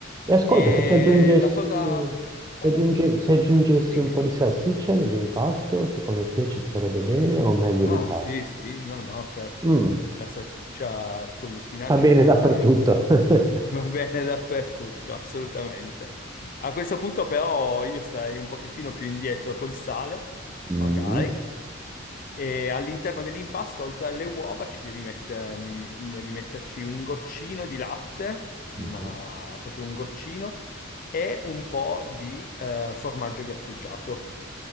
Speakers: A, on the right; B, on the left.
A: E ascolta,
B: E
A: se ci aggiungessi,
B: la cosa fondamentale,
A: se aggiunge- se aggiungessi
B: dimmi.
A: un po' di salsiccia nell'impasto, secondo te ci starebbe bene o meglio
B: Ah,
A: evitare?
B: sì, sì, no, no, certo.
A: Mm,
B: La salsiccia con gli spinaci
A: va bene dappertutto.
B: va benissimo.
A: <laughs>
B: Va bene <laughs> dappertutto, assolutamente. A questo punto però io starei un pochettino più indietro col sale,
A: Mhm,
B: magari, e all'interno dell'impasto, oltre alle uova, ci devi mettere, mm, devi metterci un goccino di latte, ma
A: mhm.
B: proprio un goccino, e un po' di eh, formaggio grattugiato.